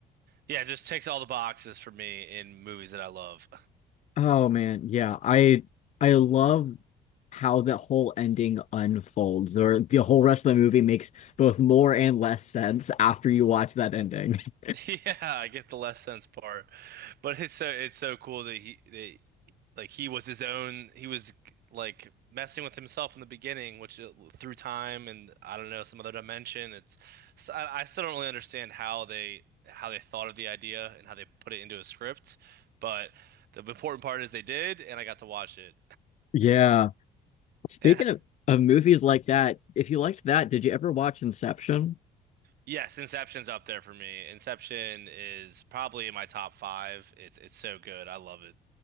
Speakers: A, on the right; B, on the left.
A: yeah, it just takes all the boxes for me in movies that I love.
B: Oh man, yeah, I I love how the whole ending unfolds, or the whole rest of the movie makes both more and less sense after you watch that ending. <laughs>
A: <laughs> Yeah, I get the less sense part, but it's so it's so cool that he that like he was his own. He was like messing with himself in the beginning, which uh, through time and I don't know some other dimension. It's so I, I still don't really understand how they how they thought of the idea and how they put it into a script, but the important part is they did, and I got to watch it.
B: Yeah. Speaking
A: And
B: of, of movies like that, if you liked that, did you ever watch Inception?
A: yes, Inception's up there for me. Inception is probably in my top five. It's it's so good. I love it.